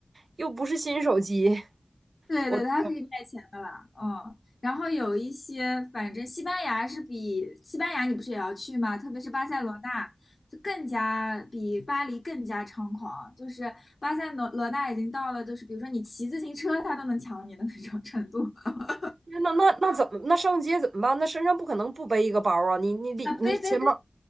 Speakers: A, on the right (about 75°); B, on the left (about 55°).
A: 又不是新手机。
B: 对对，
A: 我天
B: 它可以卖钱的啦，嗯，然后有一些，反正西班牙是比西班牙，你不是也要去吗？特别是巴塞罗那，就更加比巴黎更加猖狂，就是巴塞罗罗那已经到了，就是比如说你骑自行车，他都能抢你的那种程度。<laughs>
A: 呐，那那那怎么那上街怎么办？那身上不可能不背一个包啊！你你里你钱包
B: 啊，背背背，